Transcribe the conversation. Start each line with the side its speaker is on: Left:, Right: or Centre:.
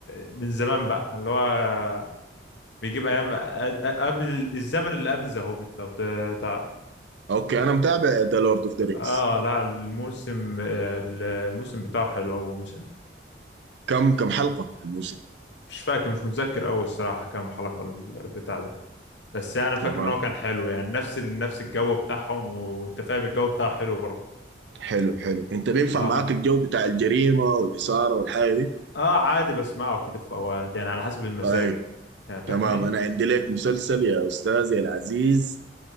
Left: من زمان بقى اللي هو بيجيب أيام أد- قبل الزمن اللي قبل ذا هوبيت لو ت- تعرف
Right: اوكي انا متابع ذا لورد اوف ذا رينجز
Left: اه لا الموسم آه، الموسم بتاعه حلو أول موسم
Right: كم كم حلقه الموسم
Left: مش فاكر مش متذكر أوي الصراحة كام حلقة البتاع ده بس يعني فاكر
Right: تمام
Left: ان هو كان حلو يعني نفس ال- نفس الجو بتاعهم وانت فاهم الجو بتاعه حلو برضه
Right: حلو حلو انت بينفع
Left: اه
Right: معاك الجو بتاع الجريمة والإثارة والحاجة دي
Left: اه عادي بسمعه كده في اوقات يعني على حسب المزاج
Right: طيب
Left: يعني فاهمني
Right: تمام انا عندي لك مسلسل يا استاذي العزيز